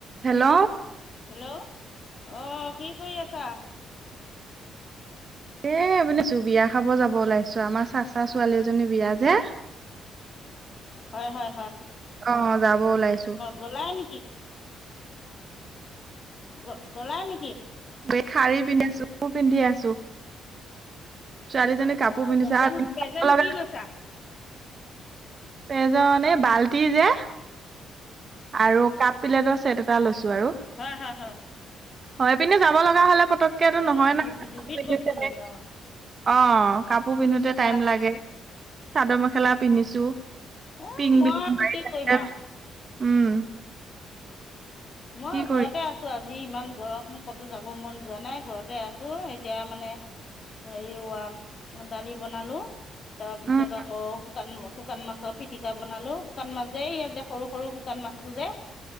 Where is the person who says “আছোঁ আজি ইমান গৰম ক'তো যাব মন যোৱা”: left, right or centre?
Left